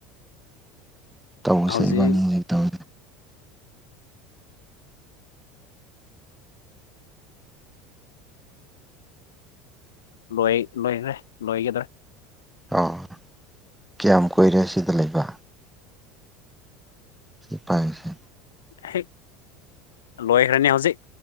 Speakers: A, in the centre; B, on the left (about 75°).
A: ꯇꯧꯁꯦ
B: ꯍꯧꯖꯤꯛ
A: ꯑꯩꯕꯥꯅꯤꯅꯥ ꯇꯧ
B: ꯂꯣꯏ ꯂꯣꯏꯔꯦ ꯂꯣꯏꯒꯗ꯭ꯔꯥ
A: ꯑꯣ ꯀꯌꯥꯝ ꯀꯨꯏꯔꯦ ꯁꯤꯗ ꯂꯩꯕ ꯁꯤ ꯄꯥꯏꯁꯦ
B: ꯍꯦꯛ ꯂꯣꯏꯈꯔꯥꯅꯤ ꯍꯧꯖꯤꯛ